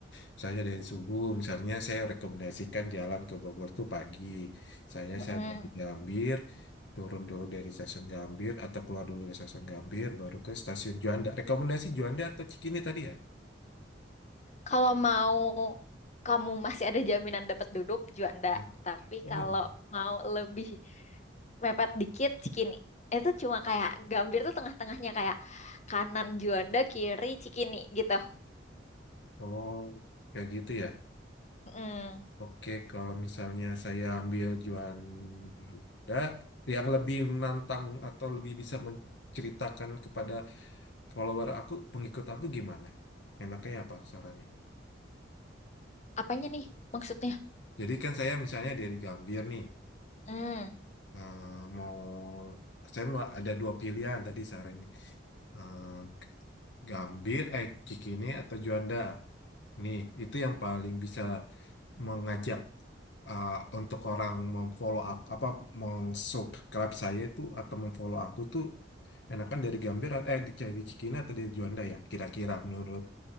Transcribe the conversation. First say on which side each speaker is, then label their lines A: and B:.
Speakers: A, on the left; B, on the left.
A: Misalnya dari subuh, misalnya saya rekomendasikan jalan ke Bogor tuh pagi. Misalnya
B: Mm-mm.
A: saya dari Gambir, turun dulu dari stasiun Gambir atau keluar dulu dari stasiun Gambir, baru ke stasiun Juanda. Rekomendasi Juanda atau Cikini tadi ya?
B: Kalau mau kamu <laughs> masih ada jaminan dapat duduk, Juanda.
A: Nah,
B: Tapi
A: Oh,
B: kalau
A: Juanda.
B: mau lebih mepet dikit, Cikini. Itu cuma kayak Gambir tuh tengah-tengahnya kayak kanan Juanda, kiri Cikini gitu.
A: Oh, kayak gitu ya.
B: Mm.
A: Oke, kalau misalnya saya ambil Juanda, yang lebih menantang atau lebih bisa menceritakan kepada follower aku, pengikut aku gimana? Enaknya apa sarannya?
B: Apanya nih maksudnya?
A: Jadi kan saya misalnya dari Gambir nih,
B: Hmm.
A: eh, mau saya mau ada dua pilihan tadi sehari ini, Eh, Gambir, eh Cikini atau Juanda. Nih itu yang paling bisa mengajak eh, untuk orang memfollow aku, apa meng-subscribe saya itu atau memfollow aku tuh enakan dari Gambir, eh dari Cikini atau dari Juanda ya, kira-kira menurut